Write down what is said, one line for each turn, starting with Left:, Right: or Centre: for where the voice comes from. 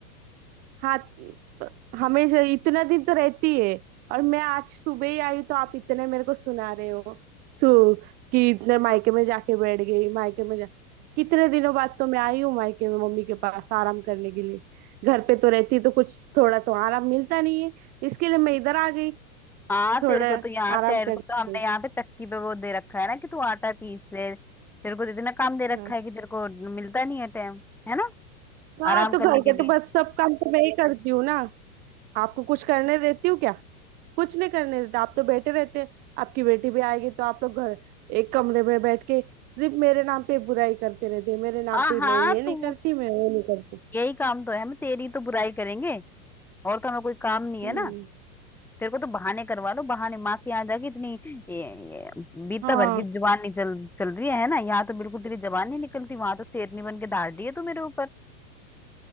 Right: हाँ तो हमेशा इतना दिन तो रहती है और मैं आज सुबह ही आई तो आप इतने मेरे को सुना रहे हो सु कि इतने मायके में जाके बैठ गई मायके में जा कितने दिनों बाद तो मैं आई हूँ मायके में मम्मी के पास आराम करने के लिए घर पे तो रहती तो कुछ थोड़ा तो आराम मिलता नहीं है इसके लिए मैं इधर आ गई
Centre: हाँ
Right: थोड़ा
Centre: तेरे को तो यहाँ
Right: आराम
Centre: तेरे
Right: करने
Centre: को
Right: के
Centre: तो हमने
Right: लिए।
Centre: यहाँ पे तक्की पे वो दे रखा है ना कि तू आटा पीस ले तेरे को तो इतना काम दे रखा
Right: हाँ
Centre: है कि तेरे को मिलता नहीं है टाइम है ना
Right: हाँ
Centre: आराम
Right: तो
Centre: करने
Right: घर
Centre: के
Right: के
Centre: लिए
Right: तो बस सब काम तो मैं ही करती हूँ ना आपको कुछ करने देती हूँ क्या कुछ नहीं करने देते आप तो बैठे रहते हैं आपकी बेटी भी आएगी तो आप लोग घर एक कमरे में बैठ के सिर्फ मेरे नाम पे बुराई करते रहते हैं मेरे नाम
Centre: हाँ
Right: पे
Centre: हाँ
Right: मैं ये नहीं
Centre: तू
Right: करती मैं वो नहीं करती
Centre: यही काम तो है हम तेरी तो बुराई करेंगे और तो हमें कोई काम नहीं
Right: हम्म
Centre: है ना तेरे को तो बहाने करवा लो बहाने माँ के यहाँ जाके इतनी ये, ये बीता
Right: हाँ
Centre: भर की जुबान नहीं चल चल रही है है ना यहाँ तो बिल्कुल तेरी जबान नहीं निकलती वहां तो शेरनी बन के धाड़ रही है तू मेरे ऊपर